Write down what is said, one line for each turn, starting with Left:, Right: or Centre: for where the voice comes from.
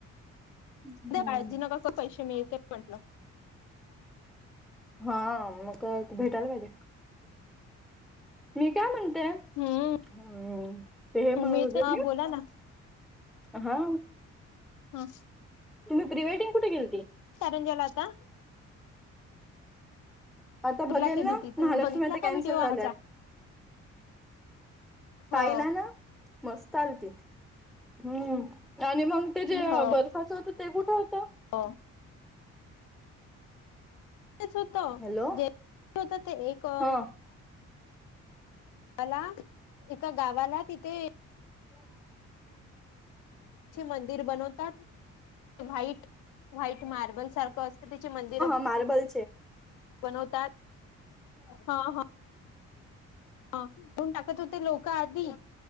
Centre: हम्म
Left: काळजी नको करू पैसे मिळते म्हंटलं
Centre: हा मग भेटायला पाहिजे मी काय म्हणतेय
Left: हम्म
Centre: हम् ते हे म्हणत
Left: मिळते
Centre: होते
Left: हा
Centre: र
Left: बोला ना
Centre: हा
Left: हा
Centre: तुम् प्री वेडंग कुठे केल्ती
Left: तररंजला आता
Centre: आता
Left: टूरला
Centre: बघेल
Left: केली
Centre: ना
Left: होती तुम्ही
Centre: महालक्ष्मी
Left: बघितला
Centre: आता
Left: का
Centre: कॅन्सल
Left: व्हिडिओ
Centre: झाल्यात
Left: आमचा? हो
Centre: पाहिला ना मस्त आल त हम्म आणि मग ते जे
Left: हो
Centre: बर्फाचं होतं ते कुठे होतं
Left: हो होत
Centre: हॅलो
Left: जे होत ते एका
Centre: हा
Left: ला एका गावाला तिथे
Centre: <inaudible>
Left: मंदिर बनवतात व्हाईट व्हाईट मार्बल सारखं असतं त्याचे मंदिर
Centre: मार्बल
Left: बनवतात हा हा हा म्हून टाकत होते लोक आधी